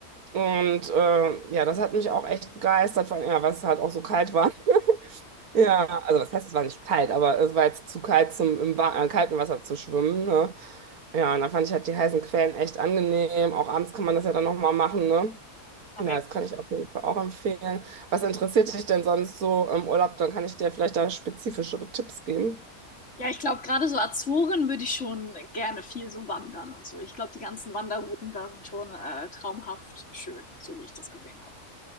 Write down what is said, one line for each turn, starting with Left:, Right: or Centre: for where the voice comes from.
Right: Und äh, ja, das hat mich auch echt begeistert, vor allem, ja, weil es halt auch so kalt war. <laughs> Ja, also das heißt, es war nicht kalt, aber es war jetzt zu kalt, zum im Wa- äh, kalten Wasser zu schwimmen, ne? Ja, und da fand ich halt die heißen Quellen echt angenehm. Auch abends kann man das ja dann nochmal machen, ne?
Left: Ah,
Right: Ja,
Left: mega.
Right: das kann ich auf jeden Fall auch empfehlen. Was interessiert dich denn sonst so im Urlaub? Dann kann ich dir vielleicht da spezifischere Tipps geben.
Left: Ja, ich glaube, gerade so Azoren würde ich schon gerne viel so wandern und so. Ich glaube, die ganzen Wanderrouten da sind schon äh, traumhaft schön, so wie ich das gesehen habe.